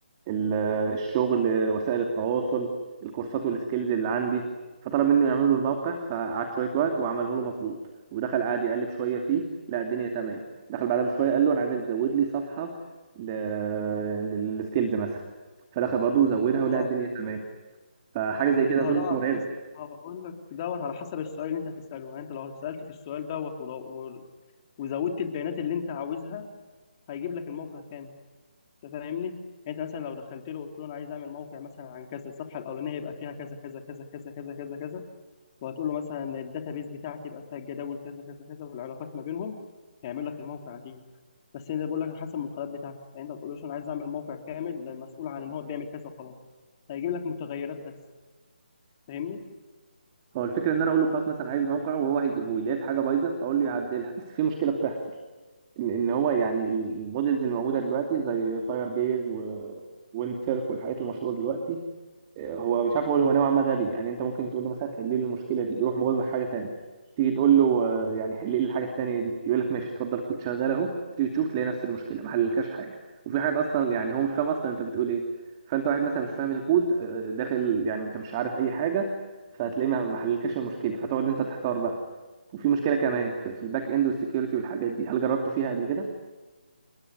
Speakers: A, on the right; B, on the left.
A: ال- الشغل وسائل التواصل الكورسات والسكيلز اللي عندي فطلب منه يعمل له الموقع فقعد شويه وقت وعمله له مظبوط ودخل قعد يقلب شويه فيه لا الدنيا تمام دخل بعدها بشويه قال له انا عايزك تزود لي صفحه للسكيلز مثلا فدخل برضه زودها ولقى
B: ما هو
A: الدنيا تمام فحاجه زي كده
B: ما
A: اظن
B: هو ده
A: إنها
B: على
A: مرعبه
B: حسب ما هو بقول لك دوت على حسب السؤال اللي انت هتساله يعني انت لو سالت في السؤال دوت وض- و- وزودت البيانات اللي انت عاوزها هيجيب لك الموقع كامل انت فاهمني انت مثلا لو دخلت له قلت له انا عايز اعمل موقع مثلا عن كذا الصفحه الاولانيه يبقى فيها كذا كذا كذا كذا كذا كذا كذا وهتقول له مثلا الداتابيس بتاعتي يبقى فيها الجداول كذا كذا كذا والعلاقات ما بينهم هيعمل لك الموقع اكيد بس انا بقول لك على حسب المدخلات بتاعتك يعني انت ما بتقولوش انا عايز اعمل موقع كامل ده مسؤول عن ان هو بيعمل كذا وخلاص هيجيب لك متغيرات بس فاهمني
A: هو الفكره ان انا اقول له خلاص مثلا عايز موقع وهو هيجيبه لي، لقيت حاجه بايظه هقول له يعدلها بس في مشكله بتحصل ان ان هو يعني المودلز الموجوده دلوقتي زي فاير بيز و ويند سيرف والحاجات المشهوره دلوقتي هو مش عارف اقول هو نوعا ما غبي يعني انت ممكن تقول له مثلا حل لي المشكله دي يروح مغلق حاجه تانية تيجي تقول له آه، يعني حل لي الحاجه التانية دي يقول لك ماشي اتفضل كود شغال اهو تيجي تشوف تلاقي نفس المشكله ما حللكش حاجه وفي حاجات اصلا يعني هو مش فاهم اصلا انت بتقول ايه فانت واحد مثلا مش فاهم الكود آه، داخل يعني انت مش عارف اي حاجه فهتلاقيه ما ما حللكش المشكله فتقعد انت تحتار بقى وفي مشكله كمان في في الباك اند والسكيورتي والحاجات دي هل جربته فيها قبل كده